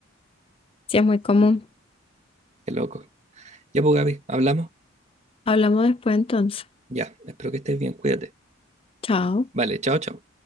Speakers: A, on the left; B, on the right.
A: Sí, es muy común.
B: Qué loco. Ya pues Gaby, hablamos.
A: Hablamos después entonces.
B: Ya, espero que estés bien, cuídate.
A: Chao.
B: Vale, chao, chao.